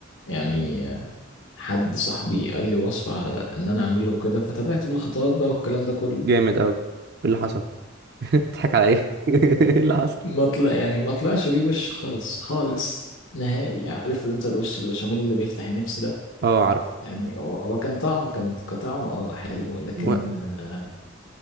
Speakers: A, on the left (about 80°); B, on the right (about 55°).
A: يعني آه، حد صاحبي قال لي وصفه ان انا اعمله كده فتابعت بالخطوات بقى والكلام ده كله
B: جامد أوي إيه اللي حصل؟ <laughs> بتضحك على إيه؟ <laughs> إيه اللي حصل؟
A: ما طلع يعني ما طلعش ليه وش خالص خالص نهائي عارف انت الوش البشاميل اللي بيفتح النفس ده
B: أه عارف
A: يعني هو هو كان طعم كان كطعم اه حلو لكن
B: و...
A: آه،